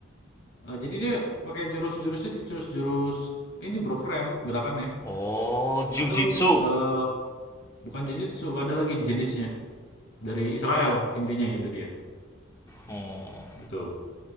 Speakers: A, on the left; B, on the left.
A: Eh, jadi dia pakai jurus-jurus itu jurus-jurus ini, Bro, keren gerakannya.
B: oh jiu-jitsu
A: Atau eh bukan jujutsu, ada lagi jenisnya. Dari Israel intinya itu dia.
B: oh
A: Gitu.